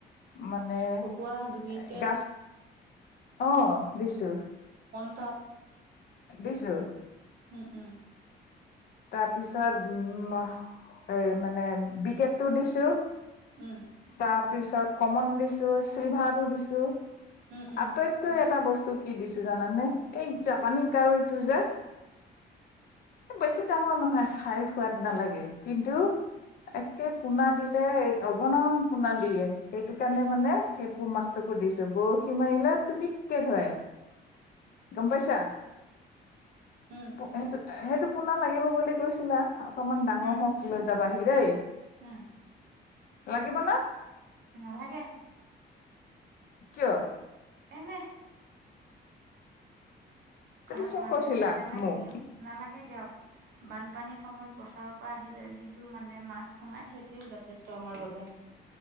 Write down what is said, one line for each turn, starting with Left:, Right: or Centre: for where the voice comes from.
Left: মানে এ
Right: ভকুৱা, ডুবিকেট,
Left: গছ অ দিছো
Right: কিতাপ
Left: বিছু
Right: উম উম
Left: তাৰ পিছত উম এই মানে বিকেটটো দিছো
Right: উম,
Left: তাৰ পিছত কমন দিছো চিলভাৰটো দিছো
Right: উম, উম,
Left: আটাইতকৈ এটা বস্তু কি দিছো জানানে এই জাপানী কাৱীটো যে বেছি ডাঙৰ নহয় খাই সোৱাদ নালাগে কিন্তু একে পোনা দিলে অগণন পোনা দিয়ে সেইটো কাৰণে মানে সেই পো মাছটো সুধিছো বৰশী মাৰিলাত টো পিককে থয়
Right: <inaudible>
Left: গম্পাচা
Right: উম,
Left: সেইটো সেইটো পোনা লাগিব বুলি কৈছিলা অকনমান ডাঙৰ
Right: উম,
Left: হওক লৈ যাবাহি দেই
Right: উম
Left: লাগিব ন
Right: নালাগে
Left: কিয়
Right: এনে
Left: তুমি
Right: ঘৰত
Left: চব
Right: মানুহ
Left: কৈছিলা
Right: নাই নালাগে
Left: মোক
Right: দিয়ক নালাগে দিয়ক বানপানীৰ সময়ত পথাৰৰ পৰা আহিলে যিটো মানে মাছ সোমায় সেইটোোৱে যথেষ্ট আমাৰ বাবে